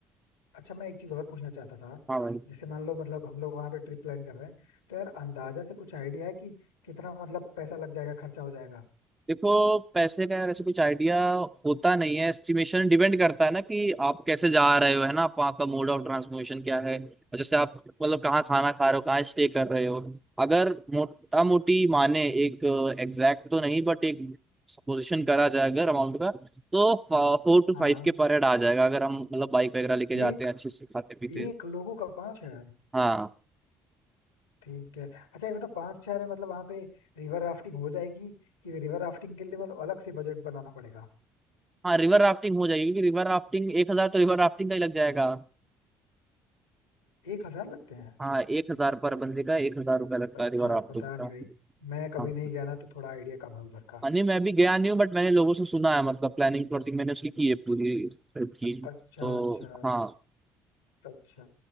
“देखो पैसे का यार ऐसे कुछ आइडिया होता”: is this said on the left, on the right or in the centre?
Right